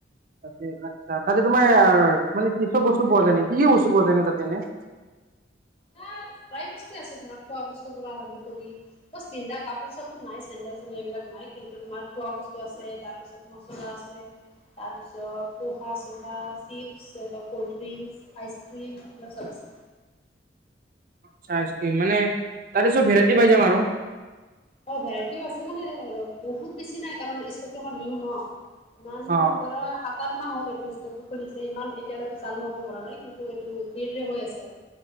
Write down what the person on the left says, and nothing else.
হা প্ৰায় বস্তুযে আছে ধৰা খোৱা বস্তুৰ পৰা আৰম্ভ কৰি বছ পিন্ধা কাপ ৰ সাপুৰ নাই চেডেল-চেডেল এইবিলাক নাই কিন্তু তোমাৰ খোৱা বস্তু আছে তাৰপিছত মচলা আছে। তাৰ পিছত পোহা চহা চিপছ এ কল্ড ড্ৰিংক আইচ ক্ৰীম এইবিলাক চব আছে।
অ, ভেৰাইটিও আছে মানে বহুত বেছি নাই কাৰণ ষ্টকটো আমাৰ নিউ ন। ইমান
ধৰা সাত আথ মাহ হ'ল এইটো। খুলিছে ইমান এতিয়ালৈকে চালু হ'ব পৰা নাই কিন্তু এইটো ধিৰে-ধিৰে হৈ আছে আৰু।